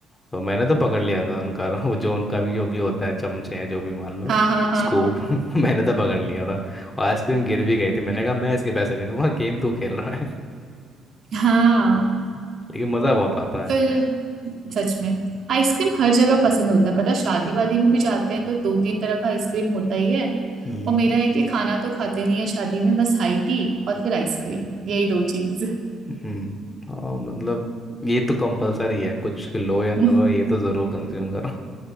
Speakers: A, on the left; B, on the right.
A: तो मैंने तो पकड़ लिया था उनका <laughs> वो जो उनका भी जो भी होता है चमचे या जो भी मान लो
B: हाँ हाँ हाँ
A: स्कूप
B: हाँ
A: <laughs> मैंने तो पकड़ लिया था और आइसक्रीम गिर भी गई थी मैंने कहा मैं इसके पैसे नहीं दूंगा गेम तू खेल रहा है
B: हाँ
A: <laughs> लेकिन मज़ा बहुत आता है
B: फिर सच में आइसक्रीम हर जगह पसंद होता है पता शादी वादी में भी जाते हैं तो दो तीन तरह का आइसक्रीम होता ही है
A: हम्म
B: और मेरा है कि खाना तो खाते नहीं है शादी में बस हाई टी और फिर आइसक्रीम यही दो चीज <laughs>
A: हम्म, हाँ मतलब ये तो कंपलसरी है कुछ लो या ना
B: और
A: लो ये तो ज़रूर कंज्यूम करो